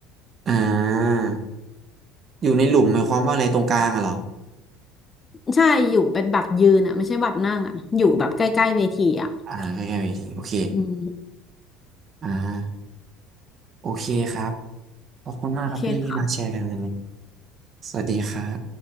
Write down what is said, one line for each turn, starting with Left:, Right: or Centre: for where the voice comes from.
Right: อ่าอยู่ในหลุมหมายความว่าอะไรตรงกลางอะเหรอ
Left: ใช่อยู่เป็นบัตรยืนอ่ะไม่ใช่บัตรนั่งอ่ะอยู่แบบใกล้ๆเวทีอ่ะ
Right: อ่าใกล้ๆเวทีโอเค
Left: อืม
Right: อ่าโอเคครับขอบคุณมากครับพี่ที่มาแชร์กันวันนี้
Left: โอเคค่ะ
Right: สวัสดีครับ